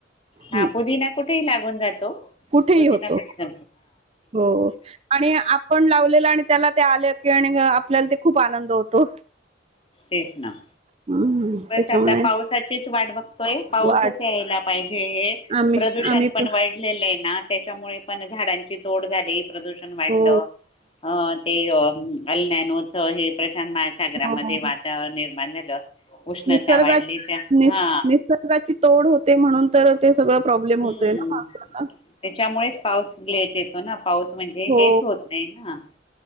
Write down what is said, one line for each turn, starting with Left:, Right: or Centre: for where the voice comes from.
Left: हा
Right: हं.
Left: पुदिना कुठेही लागून जातो
Right: कुठेही
Left: पुदिना
Right: होतो
Left: पटक
Right: हो आणि आपण लावलेलं आणि त्याला ते आले की आणि आपल्याला ते खूप आनंद होतो.
Left: तेच ना.
Right: हम्म.
Left: बस
Right: त्याच्यामुळे
Left: आता पावसाचीच वाट बघ तोय पाऊसच
Right: वाढ
Left: यायला पाहिजे
Right: आम्ही
Left: प्रदूषण
Right: आम्ही
Left: पण वाईट लं आहे ना त्याच्यामुळे पण झाडांची तोड झाली प्रदूषण वाढलं
Right: हो
Left: अ ते <unintelligible> छान महासागरामध्ये
Right: हो
Left: वातावरण निर्माण झालं. उष्णता
Right: निसर्गा
Left: वाढली त्या
Right: निस
Left: हा
Right: निसर्गाची तोड होते म्हणून तर ते सगळं प्रॉब्लेम
Left: हम्म.
Right: होतोय ना.
Left: त्याच्यामुळेच पाऊस लेट येतो ना, पाऊस म्हणजे
Right: हो
Left: हेच होत नाही ना